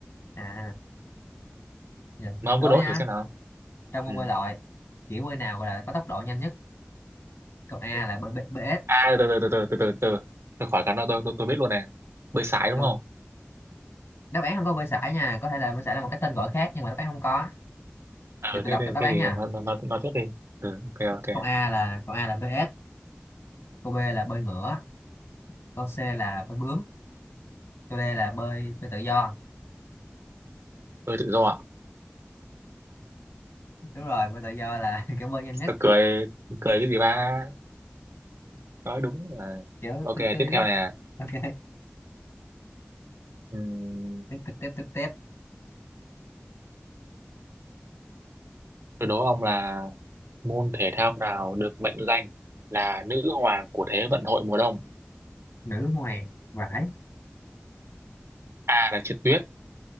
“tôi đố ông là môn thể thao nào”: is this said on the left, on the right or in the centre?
Right